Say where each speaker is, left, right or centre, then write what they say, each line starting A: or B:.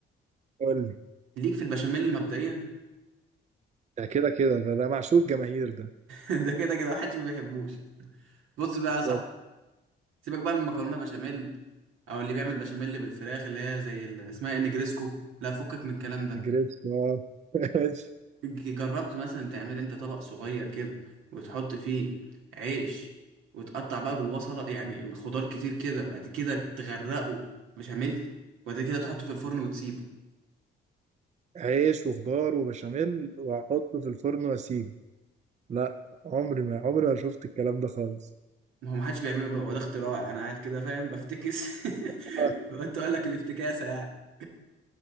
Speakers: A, on the right; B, on the right.
A: قول لي
B: ليك في البشاميل مبدئيا <laughs>
A: ده كده كده ده, ده معشوق الجماهير ده
B: ده كده كده محدش ما بيحبوش بص بقى
A: بالظبط
B: يا صاحبي سيبك بقى من مكرونه بشاميل او اللي بيعمل بشاميل بالفراخ اللي هي زي ال- اسمها إيه، نجريسكو لا فكك من الكلام ده
A: نجريسكو آه. <laughs> ماشي.
B: ج- جربت مثلا تعمل انت طبق صغير كده وتحط فيه عيش وتقطع بقى جواه سلطه يعني خضار كتير كده بعد كده تغرقه بشاميل وبعد كده تحطه في الفرن وتسيبه
A: عيش وخضار وبشاميل واحطه في الفرن واسيبه لا عمري ما عمري ما شفت الكلام ده خالص
B: ما هو ما حدش بيعمله هو ده اختراع يعني انا قاعد كده فاهم بفتكس <laughs>
A: آه،
B: قلت اقول لك الافتكاسه يعني